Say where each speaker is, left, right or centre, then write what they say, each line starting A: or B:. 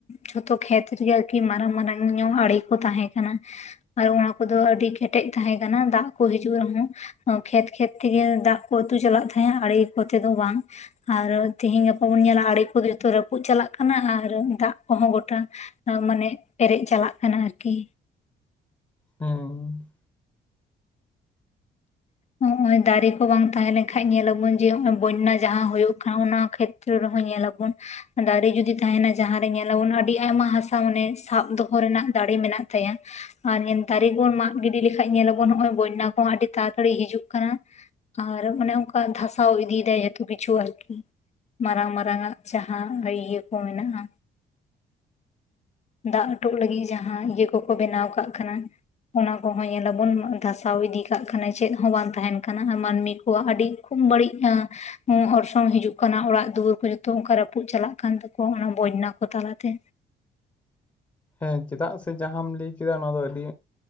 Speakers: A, on the left (about 35°); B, on the left (about 20°).
A: ᱡᱷᱚᱛᱚ ᱠᱷᱮᱛ ᱨᱮᱜᱮ ᱟᱨᱠᱤ ᱢᱟᱨᱟᱝ ᱢᱟᱨᱟᱝ ᱧᱚᱜ ᱟᱲᱮ ᱠᱚ ᱛᱟᱦᱮᱸ ᱠᱟᱱᱟ ᱟᱨ ᱚᱱᱟ ᱠᱚᱫᱚ ᱟᱹᱰᱤ ᱠᱮᱴᱮᱡ ᱛᱟᱦᱮᱸ ᱠᱟᱱᱟ ᱫᱟᱜ ᱠᱚ ᱦᱤᱡᱩᱜ ᱨᱮᱦᱚᱸ ᱠᱷᱮᱛ ᱠᱷᱮᱛ ᱛᱮᱜᱮ ᱫᱟᱜ ᱠᱚ ᱩᱛᱩ ᱪᱟᱞᱟᱜ ᱛᱟᱦᱮᱸᱦᱱᱟ ᱟᱲᱮ ᱠᱚᱛᱮ ᱫᱚ ᱵᱟᱝ ᱟᱨ ᱛᱮᱤᱦᱤᱧ ᱜᱟᱯᱟ ᱵᱚᱱ ᱧᱮᱞᱟ ᱟᱲᱮ ᱠᱚ ᱡᱚᱛᱚ ᱨᱟᱹᱯᱩᱫ ᱪᱟᱞᱟᱜ ᱠᱟᱱᱟ ᱟᱨ ᱫᱟᱜ ᱠᱚᱦᱚᱸ ᱜᱚᱴᱟ ᱢᱟᱱᱮ ᱯᱮᱨᱮᱡ ᱪᱟᱞᱟᱜ ᱠᱟᱱᱟ ᱟᱨᱠᱤ
B: ᱦᱮᱸ
A: ᱱᱚᱜ ᱚᱭ ᱫᱟᱨᱮ ᱠᱚ ᱵᱟᱝ ᱛᱟᱦᱮᱸ ᱞᱮᱱᱠᱷᱟᱱᱡ ᱧᱮᱞ ᱟᱵᱚᱱ ᱡᱮᱱᱚ-ᱚᱭ ᱵᱚᱱᱱᱟ ᱡᱟᱦᱟᱸ ᱦᱩᱭᱩᱜ ᱠᱟᱱᱟ ᱚᱱᱟ ᱠᱷᱮᱛᱨᱚ ᱨᱮᱦᱚᱸ ᱧᱮᱞᱟᱵᱚᱱ ᱫᱟᱨᱮ ᱡᱩᱚᱫᱤ ᱛᱟᱦᱮᱱᱟ ᱡᱟᱦᱟᱸᱨᱮ ᱧᱮᱞᱟᱵᱚᱱ ᱟᱹᱰᱤ ᱟᱭᱢᱟ ᱦᱟᱥᱟ ᱢᱟᱱᱮ ᱥᱟᱵ ᱫᱚᱦᱚ ᱨᱮᱱᱟᱜ ᱫᱟᱨᱮ ᱢᱮᱱᱟᱜ ᱛᱟᱭᱟ ᱟᱨ ᱫᱟᱨᱮ ᱠᱚᱵᱚᱱ ᱢᱟᱜ ᱜᱤᱰᱤ ᱞᱮᱠᱟᱱᱡ ᱧᱮᱞ ᱟᱵᱚᱱ ᱱᱚᱜ ᱵᱚᱱᱱᱟ ᱦᱚᱸᱚᱸ ᱟᱹᱰᱤ ᱛᱟᱨ ᱛᱟᱹᱲᱤ ᱦᱤᱡᱩᱜ ᱠᱟᱱᱟ ᱟᱨ ᱢᱟᱱᱮ ᱚᱱᱠᱟ ᱫᱷᱟᱥᱟᱣ ᱤᱫᱤᱭᱮᱫᱟᱭ ᱡᱷᱚᱛᱚ ᱠᱤᱪᱷᱩ ᱟᱨᱠᱤ ᱢᱟᱨᱟᱝ ᱢᱟᱨᱟᱝ ᱟᱜ ᱡᱟᱦᱟᱸ ᱤᱭᱟᱹ ᱠᱚ ᱢᱮᱱᱟᱜᱼᱟ ᱫᱟᱜ ᱦᱚᱴᱵ ᱞᱟᱹᱜᱤᱫ ᱡᱟᱦᱟᱸ ᱤᱭᱟᱹ ᱠᱚᱠᱚ ᱵᱮᱱᱟᱣ ᱠᱟᱜ ᱠᱟᱱᱟ ᱚᱱᱟ ᱠᱚᱦᱚᱸ ᱧᱮᱞᱟᱵᱚᱱ ᱫᱷᱟᱥᱟᱣ ᱤᱫᱤ ᱠᱟᱜ ᱠᱟᱱᱟ ᱪᱮᱫ ᱦᱚᱸ ᱵᱟᱝ ᱛᱟᱦᱮᱱ ᱠᱟᱱᱟ ᱟᱨ ᱢᱟᱹᱱᱢᱤ ᱠᱚᱣᱟᱜ ᱟᱹᱰᱤ ᱠᱷᱩᱵ ᱵᱟᱹᱲᱤᱡ ᱚ ᱚᱨᱥᱚᱝ ᱦᱤᱡᱩᱜ ᱠᱟᱱᱟ ᱚᱲᱟᱜ ᱫᱩᱣᱟᱹᱨ ᱠᱚ ᱡᱚᱛᱚ ᱚᱱᱠᱟ ᱨᱟᱹᱯᱩᱫ ᱪᱟᱞᱟᱜ ᱠᱟᱱ ᱛᱟᱠᱚᱣᱟ ᱚᱱᱟ ᱵᱚᱱᱱᱟ ᱠᱚ ᱛᱟᱞᱟᱛᱮ
B: ᱦᱮᱸ ᱪᱮᱫᱟᱜ ᱥᱮ ᱡᱟᱦᱟᱸᱢ ᱞᱟᱹᱭ ᱠᱮᱫᱟ ᱚᱱᱟ ᱫᱚ ᱟᱹᱰᱤ